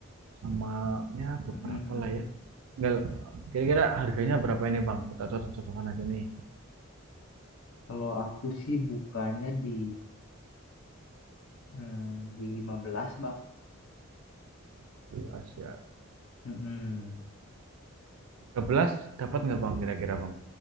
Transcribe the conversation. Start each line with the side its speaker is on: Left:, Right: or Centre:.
Right: sama ya beberapa
Left: Mm-mm.
Right: lah ya tinggal kira-kira harganya berapa ini Bang kita cocok-cocokan aja nih
Left: Kalau aku sih bukanya di mm, di 15 Bang.
Right: tiga Belas ya
Left: Mm-mm.
Right: tiga belas dapat nggak Bang kira-kira Bang